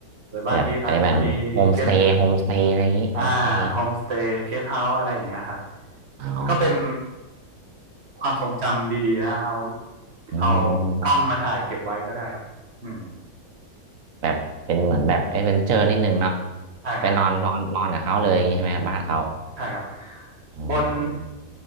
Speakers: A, on the right; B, on the right.
A: หรือบางทีอาจจะมีเก็ต
B: แบบไปแบบโฮมสเตย์โฮมสเตย์อะไรอย่างนี้โฮมสเตย์
A: อ่าโฮมสเตย์เกสต์เฮาส์อะไรอย่างเงี้ยครับ
B: อ๋อ
A: มันก็เป็นความทรงจำดีๆนะเอา
B: อืม
A: เอากล้องมาถ่ายเก็บไว้ก็ได้ครับอืม
B: แบบเป็นเหมือนแบบเอดเวนเจอร์นิดนึงเนาะ
A: ใช่ฮะ
B: ไปนอนนอนนอนกับเขาเลยอย่างนี้ใช่ไหมครับบ้านเขา
A: ใช่ครับ
B: อื
A: บน
B: ม